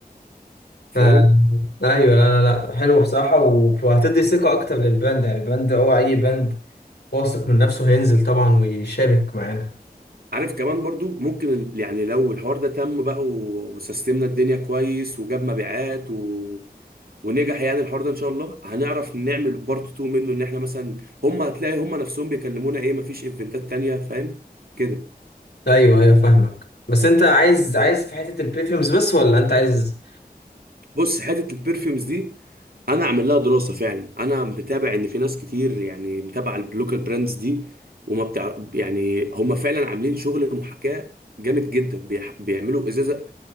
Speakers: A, on the right (about 70°); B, on the left (about 85°).
A: فاهم
B: آه، ايوه لا لا لا حلو بصراحه و- وهتدي ثقه اكتر للبراند يعني البراند هو اي براند واثق من نفسه هينزل طبعا ويشارك معانا
A: عارف كمان برضو ممكن ال- يعني لو الحوار ده تم بقى و- وسيستمنا الدنيا كويس وجاب مبيعات و... ونجح يعني الحوار ده ان شاء الله هنعرف نعمل بارت 2 منه ان احنا مثلا هم هتلاقي هم نفسهم بيكلمونا ايه مفيش ايفنتات تانية فاهم كده
B: ايوه ايوه فاهمك بس انت عايز عايز في حته البريفيومز بس ولا انت عايز
A: بص حتة البرفيومز دي انا عامل لها دراسة فعلا انا متابع ان في ناس كتير يعني متابعة البلوكال براندز دي وما بتاع يعني هم فعلا عاملين شغل محاكاة جامد جدا بيح... بيعملوا ازازة